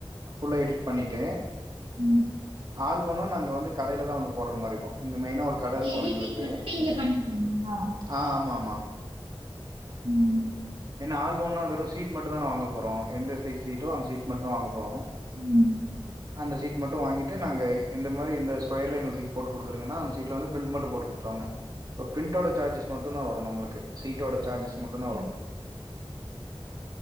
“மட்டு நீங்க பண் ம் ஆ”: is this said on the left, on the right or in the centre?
Right